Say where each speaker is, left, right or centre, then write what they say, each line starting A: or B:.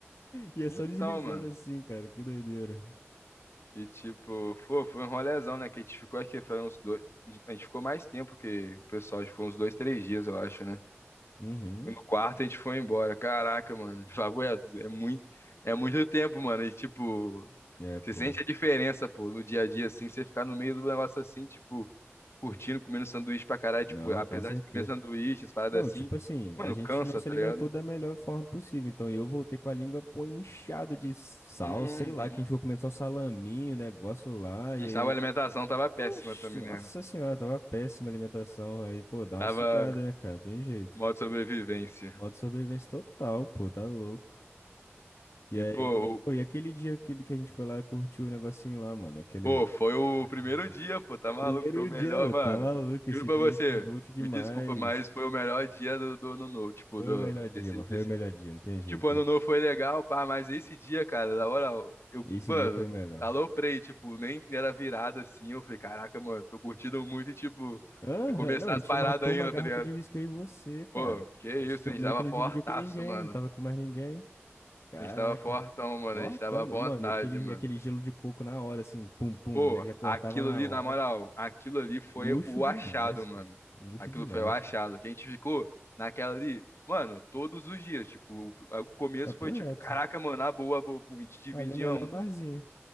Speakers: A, on the left (about 80°); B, on the left (about 65°).
A: Ia
B: Então,
A: só deslizando
B: mano.
A: assim, cara, que doideira.
B: E tipo, foi, foi um rolezão, né? Que a gente ficou aqui, foi uns dois. A gente ficou mais tempo que o pessoal, a gente ficou uns dois, três dias, eu acho, né?
A: Uhum.
B: No quarto a gente foi embora. Caraca, mano. <laughs> Favoeto, é muito, é muito tempo, mano. E tipo,
A: É, pô.
B: você sente a diferença, pô, no dia a dia, assim, você ficar no meio do negócio assim, tipo, curtindo, comendo sanduíche pra caralho,
A: Não,
B: tipo, apesar
A: com certeza.
B: de comer sanduíche, as paradas
A: Não,
B: assim,
A: tipo assim,
B: mano,
A: a gente
B: cansa,
A: não se
B: tá
A: alimentou
B: ligado?
A: da melhor forma possível. Então eu voltei com a língua pô, inchada de sal,
B: Uhum.
A: sei lá, que a gente ficou comendo só salaminho, negócio lá,
B: A
A: e
B: gente
A: aí.
B: tava, a alimentação tava péssima
A: Oxe,
B: também,
A: nossa
B: né?
A: senhora, tava péssima a alimentação. Aí, pô, dá
B: Tava
A: uma sugada, né, cara? Tem jeito.
B: modo sobrevivência.
A: Modo sobrevivência total, pô, tá louco. E
B: E,
A: aí,
B: pô, o-
A: pô, e aquele dia aquele que a gente foi lá, curtiu o negocinho lá, mano, aquele,
B: pô,
A: aquela
B: foi
A: parada
B: o
A: lá
B: primeiro
A: que rolou.
B: dia, pô, tá maluco?
A: Primeiro
B: Foi o melhor,
A: dia, ô,
B: mano.
A: tá maluco,
B: Juro
A: esse
B: pra
A: dia
B: você,
A: aí foi gold demais.
B: me desculpa, mas foi o melhor dia do, do ano novo, tipo,
A: Foi
B: do,
A: o melhor dia,
B: desse,
A: mano, foi
B: desse.
A: o melhor dia, não tem jeito.
B: Tipo, ano novo foi legal, pá, mas esse dia, cara, na hora, eu,
A: Esse
B: mano,
A: dia foi o melhor.
B: aloprei, tipo, nem era virada assim. Eu falei, caraca, mano, tô curtindo muito e, tipo,
A: Aham,
B: vai começar
A: Não, a gente
B: as paradas
A: matou
B: ainda,
A: uma garrafa
B: tá ligado?
A: de uísque eu e você, cara.
B: Pô, que isso,
A: A gente tipo,
B: a gente
A: meio
B: tava
A: que não
B: fortaço,
A: dividiu com ninguém,
B: mano.
A: não tava com mais ninguém. Caraca.
B: A gente tava fortão, mano,
A: Ó,
B: a gente tava
A: tamo,
B: à vontade,
A: mano, e aquele,
B: mano.
A: e aquele gelo de coco na hora, assim, pum, pum,
B: Pô,
A: o moleque já cortava
B: aquilo
A: na
B: ali,
A: hora.
B: na moral, aquilo ali foi
A: Luxo
B: o
A: demais,
B: achado,
A: pô.
B: mano.
A: Luxo
B: Aquilo
A: demais.
B: foi o achado. Que a gente ficou naquela ali, mano, todos os dias. Tipo, o, o começo
A: Papo
B: foi tipo,
A: reto.
B: caraca, mano, a boa, a boa. pum, A gente dividia
A: Ali o melhor
B: um,
A: barzinho.